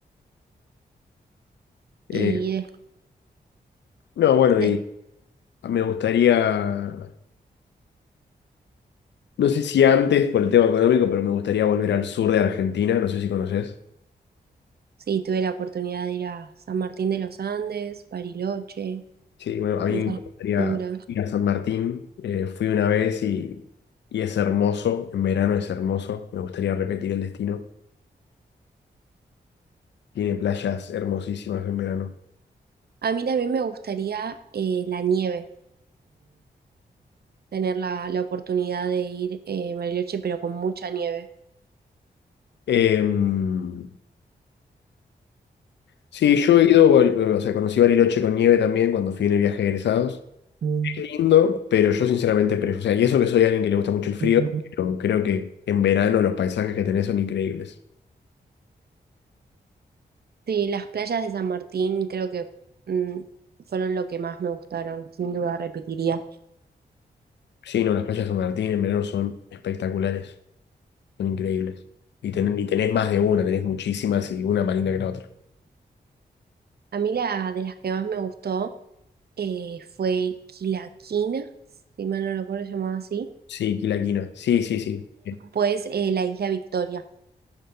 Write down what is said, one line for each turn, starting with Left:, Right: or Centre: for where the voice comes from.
Left: Eh,
Right: Y des-
Left: no, bueno,
Right: después,
Left: y me gustaría, no sé si antes por el tema económico, pero me gustaría volver al sur de Argentina. No sé si conoces.
Right: sí, tuve la oportunidad de ir a San Martín de los Andes, Bariloche,
Left: Sí, bueno, a mí
Right: Villa
Left: me gustaría
Right: Langostura.
Left: ir a San Martín. Eh, fui una vez y, y es hermoso. En verano es hermoso. Me gustaría repetir el destino. Tiene playas hermosísimas en verano.
Right: A mí también me gustaría eh, la nieve. tener la, la oportunidad de ir eh, a Bariloche, pero con mucha nieve.
Left: Em, sí, yo he ido, eh, o sea, conocí Bariloche con nieve también cuando fui en el viaje de egresados.
Right: Mm,
Left: Qué Lindo, pero yo sinceramente prefiero, o sea, y eso que soy alguien que le gusta mucho el frío,
Right: ujú.
Left: pero creo que en verano los paisajes que tenés son increíbles.
Right: Sí, las playas de San Martín creo que mm, fueron lo que más me gustaron, sin duda repetiría.
Left: Sí, no, las playas de San Martín en verano son espectaculares. Son increíbles. Y, ten- y tenés más de una, tenés muchísimas y una más linda que la otra.
Right: A mí la de las que más me gustó eh, fue Quilaquina, si mal no recuerdo llamado así,
Left: Sí, Quilaquina. Sí, sí, sí. Eh,
Right: pues eh, la isla Victoria.